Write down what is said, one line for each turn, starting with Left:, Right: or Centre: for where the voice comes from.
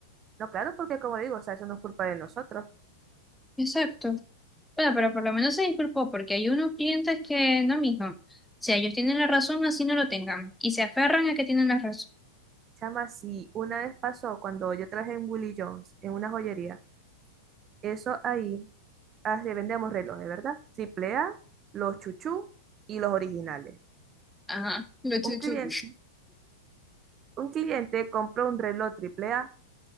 Right: No, claro, porque como le digo, o sea, eso no es culpa de nosotros.
Centre: Exacto. Bueno, pero por lo menos se disculpó porque hay unos clientes que no, mijo. O sea, ellos tienen la razón, así no lo tengan. Y se aferran a que tienen la razón.
Right: Chama, si una vez pasó cuando yo traje en Willie Jones, en una joyería, eso ahí Así vendemos relojes, ¿verdad? Triple A, los chuchú y los originales.
Centre: Ajá, lo chuchu.
Right: Un cliente, un cliente compró un reloj triple A,